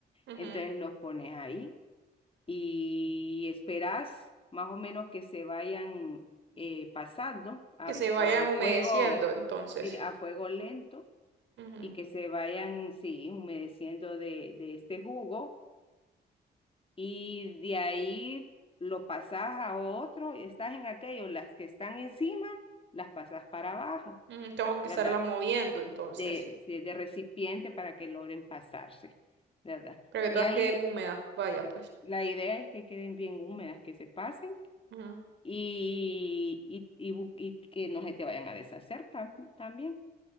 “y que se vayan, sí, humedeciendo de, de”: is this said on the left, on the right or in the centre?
Left